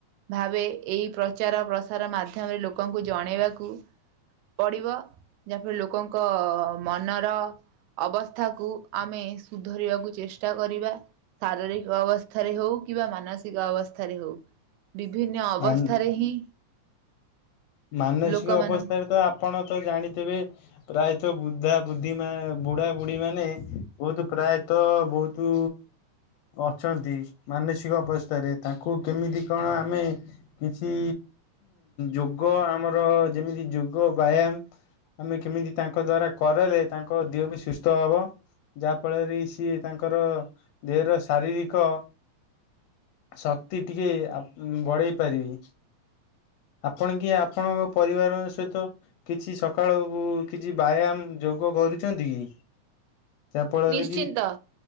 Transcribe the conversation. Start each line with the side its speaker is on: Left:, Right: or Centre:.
Right: ଭାବେ ଏହି ପ୍ରଚାର ପ୍ରସାର ମାଧ୍ୟମରେ ଲୋକଙ୍କୁ ଜଣେଇବାକୁ ପଡ଼ିବ ଯାହାଫଳରେ ଲୋକଙ୍କ ମନର ଅବସ୍ଥାକୁ ଆମେ ସୁଧରିବାକୁ ଚେଷ୍ଟା ଚେଷ୍ଟା କରିବା ଶାରୀରିକ ଅବସ୍ଥାରେ ହଉ କିମ୍ବା ମାନସିକ ଅବସ୍ଥାରେ ହଉ। ବିଭିନ୍ନ ଅବସ୍ଥାରେ
Left: ମାନ
Right: ହିଁ
Left: ମାନସିକ
Right: ଲୋକମାନଙ୍କୁ
Left: ଅବସ୍ଥାରେ ତ ଆପଣ ତ ଜାଣିଥିବେ ପ୍ରାୟତଃ ବୁଦ୍ଧା ବୁଦ୍ଧି ମ ବୁଢା ବୁଢ଼ୀ ମାନେ ବହୁତ ପ୍ରାୟତଃ ବହୁତ ଅଛନ୍ତି ମାନସିକ ଅବସ୍ଥାରେ ତାଙ୍କୁ କେମିତି କଣ ଆମେ କିଛି ଯୋଗ ଆମର ଯେମିତି ଯୋଗ ବ୍ୟାୟାମ ଆମେ କେମିତି ତାଙ୍କ ଦ୍ଵାରା କରଲେ ତାଙ୍କ ଦେହ ବି ସୁସ୍ଥ ହବ। ଯାହାଫଳରେ ସିଏ ତାଙ୍କର ଦେହର ଶାରୀରିକ। ଶକ୍ତି ଟିକେ ବଢ଼େଇ ପାରିବି। ଆପଣ କି ଆପଣଙ୍କ ପରିବାର ସହିତ କିଛି ସକାଳକୁ କିଛି ବ୍ୟାୟାମ ଯୋଗ କରୁଛନ୍ତି କି? ଯାହା ଫଳରେ
Right: ନିଶ୍ଚିନ୍ତ
Left: କି